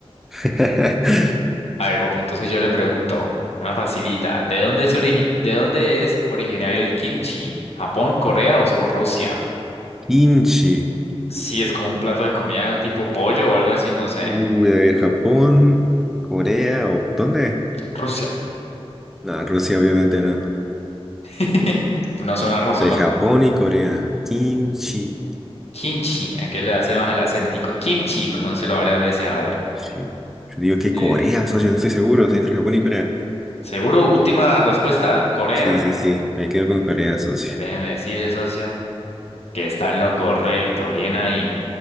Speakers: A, in the centre; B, on the left.
A: <laughs>
B: A ver, Popo, entonces yo le pregunto, una facilita, ¿de dónde se origi- de dónde es originario el kimchi? ¿Japón, Corea o, o Rusia?
A: Kimchi.
B: Sí, es como un plato de comida tipo pollo o algo así, no sé.
A: Uy, a ver, Japón, Corea o ¿dónde?
B: Rusia.
A: No, Rusia obviamente no.
B: <laughs> No suena ruso,
A: Entre
B: ¿no?
A: Japón y Corea. Kimchi.
B: Kimchi, ¿a qué le hace más el acéntico? Kimchi, pronúncialo varias veces, a ver.
A: Sí. Yo digo que
B: Sí.
A: Corea, socio, no estoy seguro. Sí, entre Japón y Corea.
B: Seguro, última respuesta, Corea.
A: Sí, sí, sí. Me quedo con Corea, socio.
B: Déjeme decirle, socio, que está en lo correcto, bien ahí.